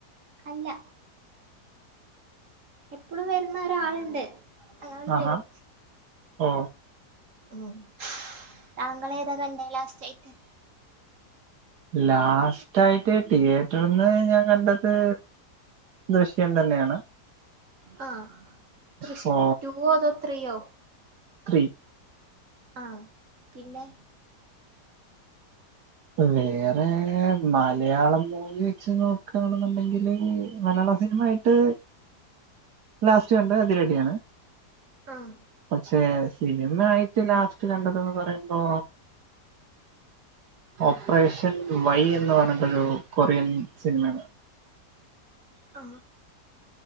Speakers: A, on the right; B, on the right.
A: അല്ല എപ്പളും വരുന്ന ഒരാളുണ്ട് അയാള്
B: ആഹാ
A: വരും
B: ഓ
A: ഉം താങ്കള് ഏതാ കണ്ടേ ലാസ്റ്റ് ആയിട്ട്
B: ലാസ്റ്റ ആയിട്ട് തിയേറ്റർന്ന് ഞാൻ കണ്ടത് ദൃശ്യം തന്നെയാണ്
A: ആ ദൃശ്യം
B: ഫോ
A: ടുവോ അതോ ത്രീയോ
B: ത്രീ
A: ആഹ് പിന്നെ
B: വേറെ മലയാളം മൂവി വെച്ച് നോക്കയാണെന്നുണ്ടെങ്കിൽ മലയാളം സിനിമ ആയിട്ട് ലാസ്റ്റ് കണ്ടത് അതിരടി ആണ്
A: ആഹ്
B: പക്ഷേ സിനിമ ആയിട്ട് ലാസ്റ്റ് കണ്ടതെന്ന് പറയുമ്പോ ഓപ്പറേഷൻ വൈ എന്ന് പറഞ്ഞട്ടൊരു കൊറിയൻ സിനിമയുണ്ട്
A: ആ